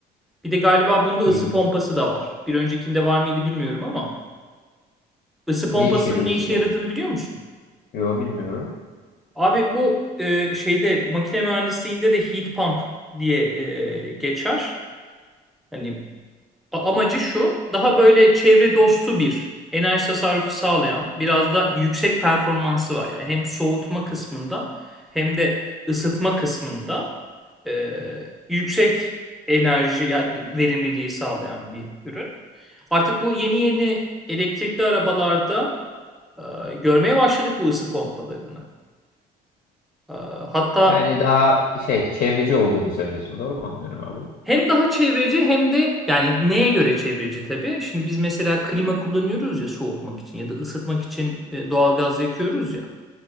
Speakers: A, in the centre; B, on the left.
A: Bir de galiba bunda ısı
B: İyiymiş.
A: pompası da var. Bir öncekinde var mıydı bilmiyorum ama ısı pompasının
B: Ne işe yarıyor
A: ne
B: ısı
A: işe
B: pompası?
A: yaradığını biliyor musun?
B: Yo bilmiyorum.
A: Abi bu e, şeyde makine mühendisliğinde de heat pump diye e, geçer. Hani a- amacı şu daha böyle çevre dostu bir enerji tasarrufu sağlayan biraz da yüksek performansı var. Yani hem soğutma kısmında hem de ısıtma kısmında e, yüksek enerji yani verimliliği sağlayan bir ürün. Artık bu yeni yeni elektrikli arabalarda e, görmeye başladık bu ısı pompalarını. Ee, Hatta
B: Yani daha şey çevreci olduğunu söylüyorsun doğru mu anlıyorum abi?
A: Hem daha çevreci hem de yani neye göre çevreci tabii. Şimdi biz mesela klima kullanıyoruz ya soğutmak için ya da ısıtmak için e, doğalgaz yakıyoruz ya.